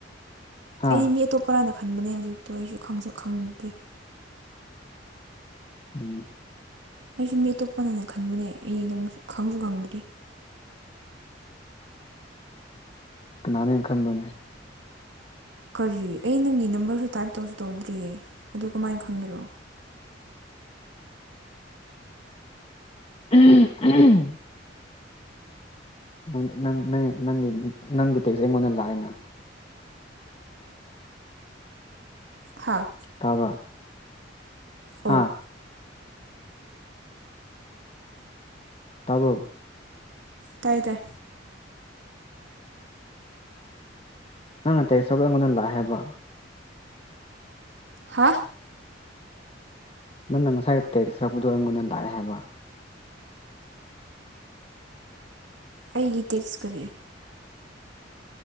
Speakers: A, on the left; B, on the right.
A: ꯍꯥ
B: ꯑꯩꯗꯤ ꯃꯤ ꯑꯇꯣꯞꯄꯔꯥꯅ ꯈꯟꯕꯅꯦ ꯍꯧꯖꯤꯛꯇꯣ ꯑꯩꯁꯨ ꯈꯪꯁꯨ ꯈꯪꯗꯦ
A: ꯎꯝ
B: ꯑꯩꯁꯨ ꯃꯤ ꯑꯇꯣꯞꯄꯅꯦꯅ ꯈꯟꯕꯅꯦ ꯑꯩ ꯅꯪ ꯈꯪꯁꯨ ꯈꯪꯗ꯭ꯔꯤ
A: ꯀꯅꯥꯅꯦ ꯈꯟꯕꯅꯦ
B: ꯀꯔꯤ ꯑꯩ ꯅꯪꯒꯤ ꯅꯝꯕꯔꯁꯨ ꯇꯥꯏꯞ ꯇꯧꯁꯨ ꯇꯧꯗ꯭ꯔꯤꯌꯦ ꯑꯗꯨ ꯀꯃꯥꯏ ꯈꯪꯒꯦꯔꯣ
A: ꯎꯝ ꯎꯝ ꯅꯪ ꯅꯪ ꯅꯪ ꯅꯪꯒꯤ ꯅꯪꯒꯤ ꯇꯦꯛꯁꯦ ꯑꯩꯉꯣꯟꯗ ꯂꯥꯛꯑꯦꯅ
B: ꯍꯥ
A: ꯇꯥꯕ꯭ꯔꯥ
B: ꯑꯣ
A: ꯍꯥꯥ ꯇꯥꯕ꯭ꯔꯣ
B: ꯇꯥꯏꯌꯦ ꯇꯥꯏ
A: ꯅꯪꯅ ꯇꯦꯛꯁ ꯁꯣ ꯑꯩꯉꯣꯟꯗ ꯂꯥꯛꯑꯦ ꯍꯥꯏꯕ
B: ꯍꯥ
A: ꯅꯪꯅ ꯉꯁꯥꯏ ꯇꯦꯛꯁ ꯊꯥꯔꯛꯄꯗꯣ ꯑꯩꯉꯣꯟꯗ ꯂꯥꯛꯑꯦ ꯍꯥꯏꯕ
B: ꯑꯩꯒꯤ ꯇꯦꯛꯁ ꯀꯔꯤ